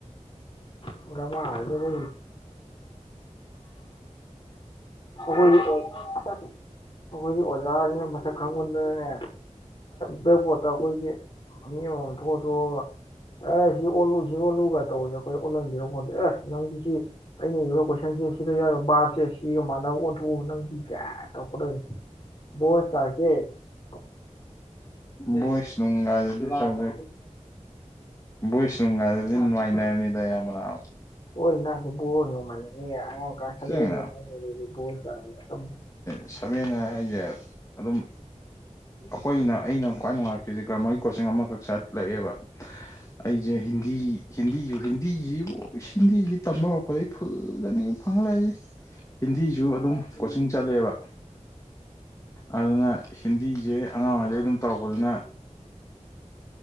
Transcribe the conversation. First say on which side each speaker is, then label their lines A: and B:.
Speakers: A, on the left (about 40°); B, on the left (about 25°).
A: ꯥ ꯍꯥꯏꯔꯖꯕ <unintelligible> ꯍꯗ <unintelligible> ꯈ <unintelligible> ꯉ <unintelligible> ꯑꯩꯈꯣꯏ ꯑꯩꯈꯣꯏꯗꯤ ꯑꯣꯖꯥꯁꯤꯡꯅ ꯃꯁꯛ ꯈꯪꯕ ꯑꯗꯨꯒꯅꯦ ꯕ꯭ꯂꯦꯛꯕꯣꯔ꯭ꯠꯇ ꯑꯩꯈꯣꯏꯒꯤ ꯃꯤ ꯑꯃꯃꯝ ꯊꯣꯛꯑ ꯊꯣꯛꯑꯒ ꯑꯦ ꯁꯤ ꯑꯣꯜꯂꯨ ꯁꯤ ꯑꯣꯜꯂꯨꯒ ꯇꯧꯕꯁꯦ ꯑꯩꯈꯣꯏ ꯑꯣꯜꯍꯟꯕꯤꯔꯛ ꯑꯦ ꯅꯪꯗꯤꯁꯤ ꯑꯩꯅ ꯏꯔꯤꯕ ꯀꯣꯏꯁꯟ ꯅꯪꯗꯤ ꯁꯤꯗ ꯌꯥꯎꯔꯤꯕ ꯕꯥꯞꯁꯦ ꯁꯤꯒ ꯃꯥꯟꯅꯕ ꯑꯣꯟꯊꯣꯛꯎ ꯅꯪꯗꯤ ꯒꯥꯏ ꯇꯧꯔꯛꯀꯗꯣꯏꯅꯤ ꯕꯣꯏꯁ <unintelligible>
B: ꯕꯣꯏꯁ ꯅꯨꯡꯒꯥꯗꯨꯗꯤ ꯇꯧꯗ꯭ꯔꯦ ꯕꯣꯏꯁ ꯅꯨꯡꯒꯥꯗꯨꯗꯤ ꯃꯥꯏꯅ꯭ꯔꯅꯤꯗ ꯏꯌꯥꯝꯕ ꯅꯥꯕ
A: ꯍꯣꯏ ꯅꯥ ꯕꯣꯔ <unintelligible> ꯅꯣꯡꯃꯥꯟꯅꯅꯤꯒꯦ <unintelligible> ꯑꯉꯥꯡ ꯀ꯭ꯂꯥꯁ ꯁꯚꯦꯟ
B: ꯁꯦꯡꯅ
A: ꯕꯣꯔꯥꯔ <unintelligible> ꯑ <unintelligible>
B: ꯁꯕꯦꯟ ꯑꯥꯏꯠ ꯍꯥꯏꯁꯦ ꯑꯗꯨꯝ ꯑꯈꯣꯏꯅ ꯑꯩꯅ ꯈ꯭ꯋꯥꯏ ꯅꯨꯡꯉꯥꯏ ꯑꯩꯁꯤ ꯒ꯭ꯔꯥꯃ꯭ꯔꯒꯤ ꯀꯣꯆꯤꯡ ꯑꯃꯈꯛ ꯆꯠꯂꯛꯑꯦꯕ ꯑꯩꯁꯦ ꯍꯤꯟꯗꯤ ꯍꯤꯟꯗꯤꯁꯨ ꯍꯤꯟꯗꯤꯁꯤ ꯏꯕꯣ ꯍꯤꯟꯗꯤꯁꯤ ꯇꯝ ꯍꯧꯔꯛꯄꯗꯒꯤ ꯐꯨꯜꯗꯅꯤ ꯐꯪ ꯂꯥꯛꯏꯁꯦ ꯍꯤꯟꯗꯤꯁꯨ ꯑꯗꯨꯝ ꯀꯣꯆꯤꯡ ꯆꯠꯂꯛꯑꯦꯕ ꯑꯗꯨꯅ ꯍꯤꯟꯗꯤꯁꯦ ꯑꯉꯥꯡ ꯑꯣꯏꯔꯤꯉꯩꯗꯩ ꯑꯗꯨꯝ ꯇꯧꯔꯛꯄꯗꯨꯅ